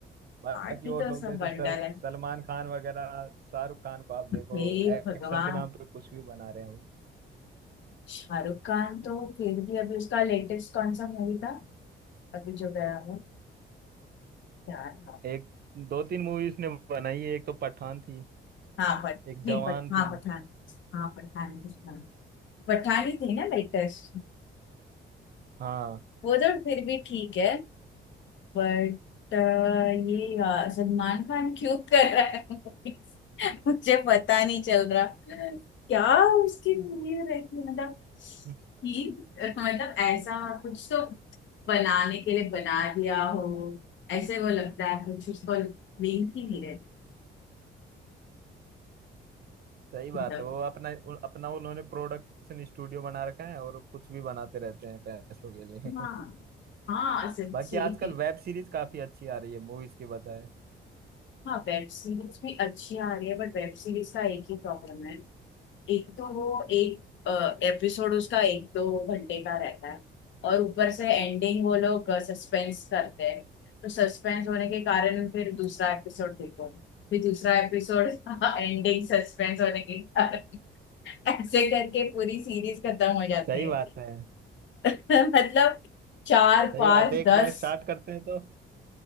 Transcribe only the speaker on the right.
बाकी
वो
लोग
जैसे
सर,
सलमान खान वगैरह शाहरुख खान को आप
देखो एक्शन
के नाम पे कुछ भी बना रहे हैं
एक दो तीन मूवीज ने बनाई है एक तो पठान थी
एक
जवान
थी
हाँ
<laughs>
सही बात
है वो अपना उन- अपना उन्होंने प्रोडक्शन स्टूडियो बना रखा है और कुछ भी बनाते रहते हैं पैसों के लिए
<laughs>
बाकी आजकल वेब सीरीज काफी अच्छी आ रही है मूवीज के बजाय
सही
बात है
सही
बात है एक
बार स्टार्ट करते हैं तो